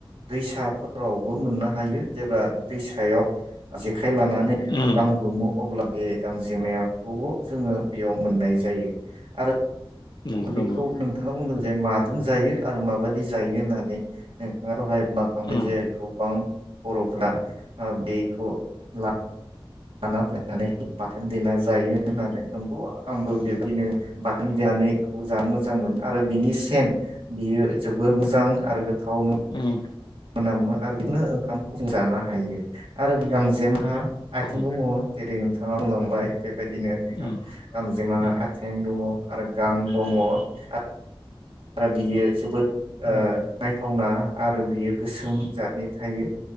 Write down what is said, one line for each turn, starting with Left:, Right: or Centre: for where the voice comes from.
Right: दैसाफोरावबो मोननो हायो। जेब्ला दैसायाव जेखाइ लानानै बेखौ
Left: उम
Right: दांग्रुमो अब्ला बे गांजेमायाखौ जोङो बेयाव मोननाय जायो आरो
Left: नंगौ,
Right: बिखौ
Left: नंगौ।
Right: नोंथाङा बुंदों जे माजों जायो आरो माबायदि जायो होननानै नोंथाङा दहाय <unintelligible>
Left: उम,
Right: बर'फ्रा ओ बेखौ ला लाना फैनानै बाथोन देना जायो। होनानै नंगौ आ आंबो बेबदिनो बाथोन देनानै खौ जान मोज जां मोन आरो बिनि सेन बियो जोबोर मोजां आरो गोथावमो
Left: उम,
Right: मोनामो आरो बिदिनो ओंखामखौ जों जानो हायो आरो गांजेमहा आथिं
Left: उम,
Right: दङ जेरै नोंथाङा बुंलांबाय बेबायदिनो बिथां
Left: उम,
Right: गांजेमाहा
Left: उम,
Right: आथें दङ आरो गां दङ आ आरा बियो जोबोद
Left: उम,
Right: ओ नायथावना आरो बियो गोसोम जादनि थायो।